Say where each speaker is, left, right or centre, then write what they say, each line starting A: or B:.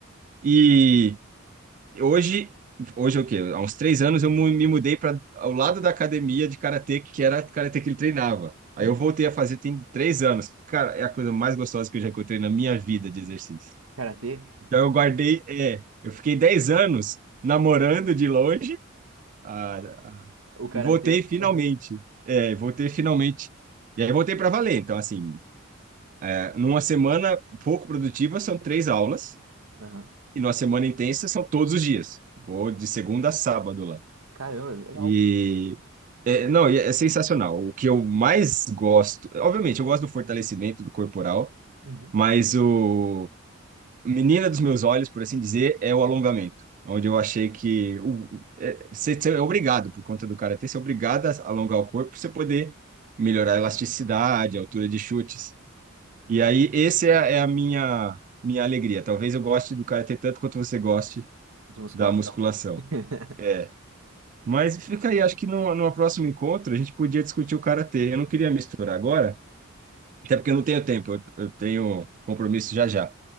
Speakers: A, on the right (about 40°); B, on the right (about 75°).
A: E hoje, hoje é o quê? Há uns três anos eu mu- me mudei para ao lado da academia de karatê, que era a karatê que ele treinava. Aí
B: <laughs>
A: eu voltei a fazer tem três anos. Cara, é a coisa mais gostosa que eu já encontrei na minha vida de exercício.
B: Karatê?
A: Então eu guardei, é, eu fiquei dez anos namorando de longe, ah,
B: O karatê?
A: e voltei finalmente.
B: Aham,
A: É, voltei finalmente. E aí voltei para valer. Então, assim, é, numa semana pouco produtiva, são três aulas.
B: aham.
A: E numa semana intensa são todos os dias. Vou de segunda a sábado lá.
B: Caramba, legal.
A: E é, não, e é sensacional. O que eu mais gosto, obviamente, eu gosto do fortalecimento do corporal,
B: Uhum.
A: mas o menina dos meus olhos, por assim dizer, é o alongamento. Onde eu achei que o, é, você você é obrigado, por conta do karatê, você é obrigado a alongar o corpo para você poder melhorar a elasticidade, a altura de chutes. E aí, esse é, é a minha, minha alegria. Talvez eu goste do karatê tanto quanto você goste
B: De musculação.
A: da musculação.
B: <laughs>
A: É. Mas fica aí, acho que numa, numa próximo encontro a gente podia discutir o karatê. Eu não queria misturar agora, até porque eu não tenho tempo, eu, eu tenho compromisso já já.